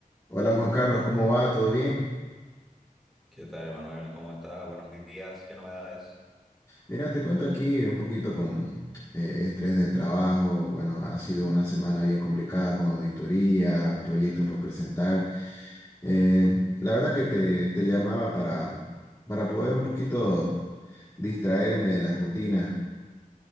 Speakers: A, on the left; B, in the centre.
A: Hola Juan Carlos, ¿cómo va? ¿Todo bien?
B: ¿Qué tal, Emanuel? ¿Cómo estás? Buenos días. ¿Qué novedades?
A: Mira, te cuento aquí un poquito con eh, estrés del trabajo. Bueno, ha sido una semana bien complicada con auditoría, proyectos por presentar. Eh, la verdad que te, te llamaba para, para poder un poquito distraerme de la rutina.